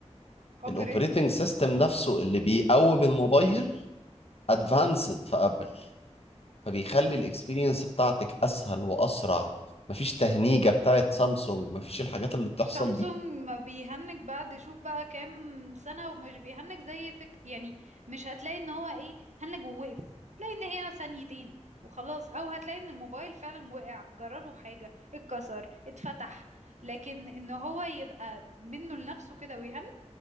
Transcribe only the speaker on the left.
الاوبريتنج سيستم نفسه اللي بيقوم الموبايل ادفانسد في ابل فبيخلي الاكسبيرينس بتاعتك اسهل واسرع مفيش تهنيجه بتاعت سامسونج مفيش الحاجات اللي بتحصل
دي